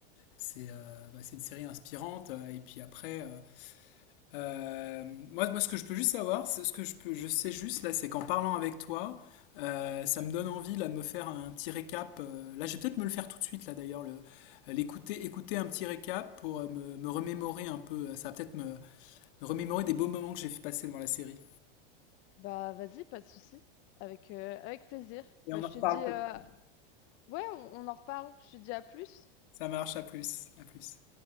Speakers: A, on the left; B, on the left.
A: c'est euh, bah, c'est une série inspirante. euh, et puis après, euh, euh, moi, moi, ce que je peux juste savoir, c'est- ce que je peux, je sais juste là, c'est qu'en parlant avec toi, euh, ça me donne envie là de me faire un petit récap. euh, là, je vais peut-être me le faire tout de suite là d'ailleurs, le l'écouter, écouter un petit récap pour euh, me, me remémorer un peu. Ça va peut-être me, me remémorer des beaux moments que j'ai fait passer devant la série.
B: Bah, vas-y, pas de souci. Avec, euh, avec plaisir.
A: Et
B: Bah,
A: on
B: je
A: en reparle
B: te dis, euh,
A: peut-être.
B: ouais, on on en reparle. Je te dis à plus.
A: Ça marche, à plus, à plus.